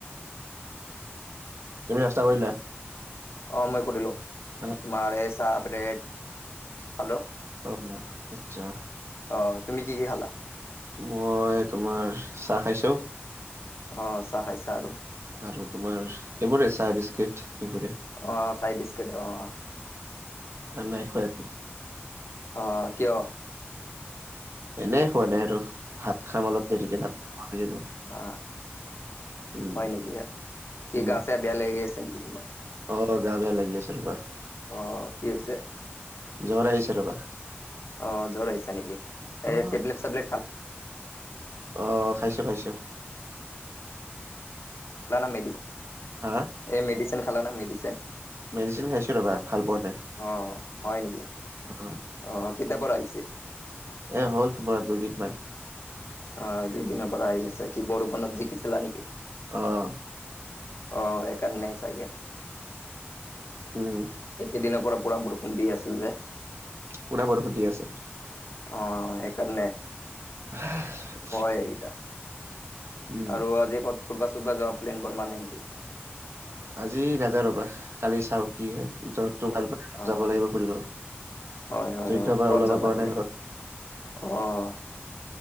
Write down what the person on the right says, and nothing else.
তুমি নাস্তা কৰিলা?
অ
অ' আচ্ছা।
মই তোমাৰ চাহ খাইছোঁ।
আৰু তোমাৰ এইবোৰে চাহ বিস্কিট এইবোৰে।
আৰু নাই খোৱা একো?
এনেই খোৱা নাই আৰু। ভাত খাম অলপ দেৰিকে, ভাত খাব লাগিব।
উম
উম
অ' অলপ গা বেয়া লাগি আছে ৰ'বা।
জ্বৰ আহিছে ৰবা।
অ
অ' খাইছোঁ খাইছোঁ।
হা?
মেডিচিন খাইছোঁ ৰ'বা। ভাল পোৱা নাই
অ',
এ হ'ল তোমাৰ দুদিনমান।
অ',
উম
পুৰা বৰষুণ‌ দি আছে।
<inaudible>
উম
আজি নাযাওঁ ৰ'বা। কালি চাওঁ। কি হয়। জ্বৰটো ভাল পালে
যাব লাগিব ফুৰিব।
জ্বৰটোৰ
পৰা
ওলাব
পৰা
নাই ঘৰত।